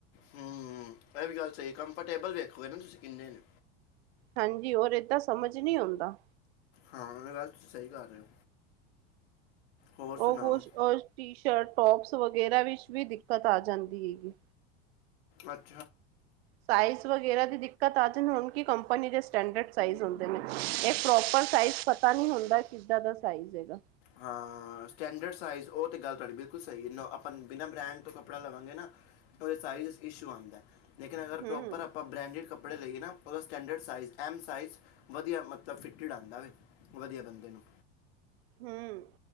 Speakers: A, on the left; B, on the right.
A: ਹੂੰ ਇਹ ਗੱਲ ਸਹੀ ਕੰਫਰਟੇਬਲ ਵੇਖੋ ਨਾ ਤੁਸੀਂ ਕਿੰਨੇ ਨੇ।
B: ਹਾਂਜੀ ਹੋਰ ਏਦਾਂ ਸਮਝ ਨਹੀਂ ਆਉਂਦਾ।
A: ਹਾਂ, ਉਹ ਗੱਲ ਤੁਸੀਂ ਸਹੀ ਕਰ ਰਹੇ ਹੋ। ਹੋਰ
B: ਉਹ
A: ਸੁਣਾਓ
B: ਕੁਛ ਟੀ ਸ਼ਰਟ ਟੋਪਸ ਵਗੈਰਾ ਵਿੱਚ ਵੀ ਦਿੱਕਤ ਆ ਜਾਂਦੀ ਏ।
A: ਅੱਛਾ।
B: ਸਾਈਜ਼ ਵਗੈਰਾ ਦਿੱਕਤ। ਦਿੱਕਤ ਆ ਜਾਂਦੀ ਉਹਨਾਂ ਦੀ ਕੰਪਨੀ ਦੇ ਸਟੈਂਡ ਸਾਈਜ ਹੁੰਦੇ ਨੇ ਇਹ ਪ੍ਰੋਪਰ ਸਾਈਜ ਪਤਾ ਨੀ ਹੁੰਦਾ ਕਿ। ਕਿੱਦਾਂ ਦਾ ਸਾਈਜ਼ ਹੈਗਾ?
A: ਹਾਂ ਸਟੈਂਡਰਡ ਸਾਈਜ ਉਹ ਤੇ ਗੱਲ ਤੁਹਾਡੀ ਬਿਲਕੁਲ ਸਹੀ ਆਪਾਂ ਬਿਨਾਂ ਬ੍ਰਾਂਡ ਤੋਂ ਕੱਪੜਾ ਲਵਾਂਗੇ ਨਾ। ਥੋਡਾ ਸਾਈਜ਼ ਚ ਇਸ਼ੂ ਆਂਦਾ ਲੇਕਿਨ ਅਗਰ
B: ਹੂੰ
A: ਪ੍ਰੋਪਰ ਆਪਾਂ ਬਰੈਂਡਡ ਕੱਪੜਾ। ਕੱਪੜੇ ਲਈਏ ਨਾ। ਉਹਦਾ ਸਟੈਂਡਰਡ ਸਾਈਜ਼ ਐਮ ਸਾਈਜ਼ ਵਧੀਆ ਮਤਲਬ ਫਿਟਡ ਆਉਂਦਾ। ਵਧੀਆ ਬੰਦੇ ਨੂੰ।
B: ਹਮ